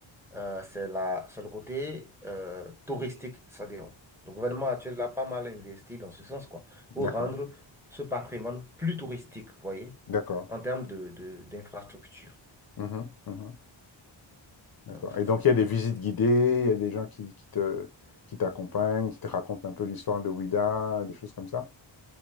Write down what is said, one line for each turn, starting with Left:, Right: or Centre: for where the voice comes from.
Centre: euh, c'est la, c'est le côté euh, touristique. C'est-à-dire, le gouvernement actuel a pas mal investi dans ce sens, quoi, pour
Left: d'accord,
Centre: rendre ce patrimoine plus touristique, vous voyez,
Left: d'accord.
Centre: en termes de, de- d'infrastructure.
Left: Mhm, mhm, d'accord.
Centre: Donc, c'est
Left: Et donc
Centre: ça.
Left: il y a des visites guidées, il y a des gens qui, qui te, qui t'accompagnent, qui te racontent un peu l'histoire de Ouida, des choses comme ça?